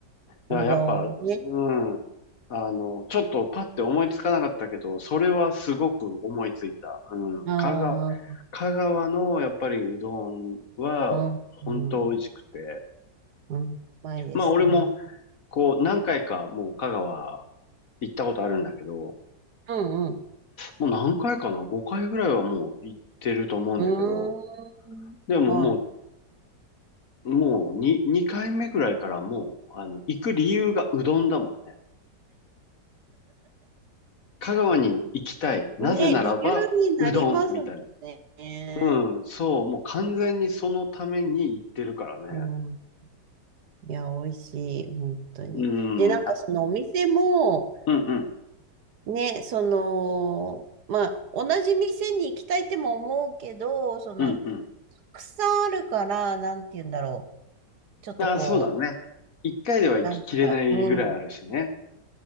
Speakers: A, on the left (about 55°); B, on the right (about 65°).
A: だからやっぱ、
B: うどんね。
A: うん。あの、ちょっとパッて思いつかなかったけど、それはすごく思いついた。うん。
B: ああ、
A: 香川、香川のやっぱりうどんは本当美味しくて。
B: うん、うん、うん、まいですね。
A: まあ俺もこう何回かもう香川行ったことあるんだけど、
B: うん、うん、
A: もう何回かな ?5 回ぐらいはもう行ってると思うんだけど、
B: う
A: でもも
B: ーん、はい。
A: う、もう2、2回目ぐらいからもう、あの、行く理由がうどんだもんね。香川に行きたい。なぜならば、
B: ね、理由になりますね。
A: うどん、みたいな。うん、そう、もう完全にそのために行ってるからね。
B: うん、いや、美味しい、本当に。
A: うん、
B: で、なんかそのお店も、
A: あ、うんうん、
B: ね、その、まあ、同じ店に行きたいっても思うけど、その、
A: うんうん。
B: たくさんあるから、なんて言うんだろう。ちょっとこう、
A: あ、そうだね。1回では行ききれないぐらいあるしね。
B: なんか、うん、